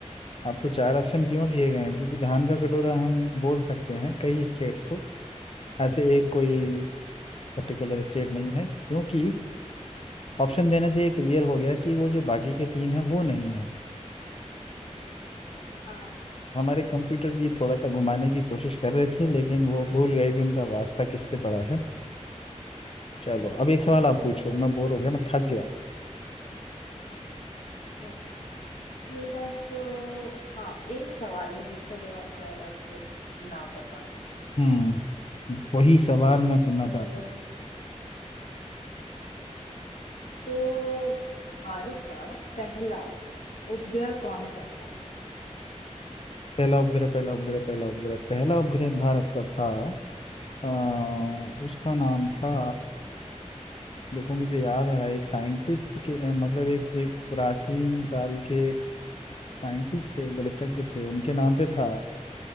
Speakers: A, on the left; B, on the left.
A: आपको चार ऑप्शन क्यों दिए गए हैं क्योंकि धान का कटोरा हम बोल सकते हैं कई स्टेट्स को ऐसे एक कोई पर्टिकुलर स्टेट नहीं है क्योंकि ऑप्शन देने से ये क्लियर हो गया कि वो जो बाकी के तीन हैं वो नहीं है
B: हाँ
A: हमारे कंप्यूटर जी थोड़ा सा घुमाने की कोशिश कर रहे थे लेकिन वो भूल गए कि उनका वास्ता किससे पड़ा है चलो अब एक सवाल
B: हाँ
A: आप पूछो मैं बोर हो गया मैं थक गया
B: हाँ। मेरे पास तो हाँ एक सवाल है जिसका जवाब शायद आपको ना पता हो
A: हम्म वही सवाल मैं सुनना
B: तो
A: चाहता हूँ
B: तो भारत का पहला उपग्रह कौन सा था
A: पहला उपग्रह पहला उपग्रह पहला उपग्रह पहला उपग्रह भारत का था आ, उसका नाम था देखो मुझे याद आ रहा है एक साइंटिस्ट के अ, मतलब एक एक प्राचीन काल के साइंटिस्ट थे गणितज्ञ थे उनके नाम पे था